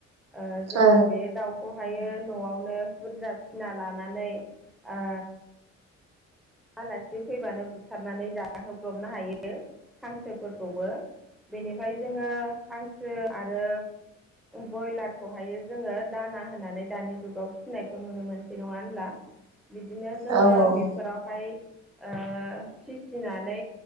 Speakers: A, in the centre; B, on the right (about 55°).
A: ओ जोङो
B: औ
A: बे दाउ खौहायो न'आवनो बुरजा फिना लानानै ओ आलासि फैबानो बुथारनानै जाहोब्रबनो हायो। हांसोफोरखौबो बेनिफ्राय जोङो हांसो आरो बयलारखौहायो जोङो दाना होनानै दानि जुगाव फिसिनायखौ नुनो मोनसै नङा होनब्ला?
B: <unintelligible>
A: बिदिनो जोङो
B: ओं
A: बेफोरावहाय ओ फिसिनानै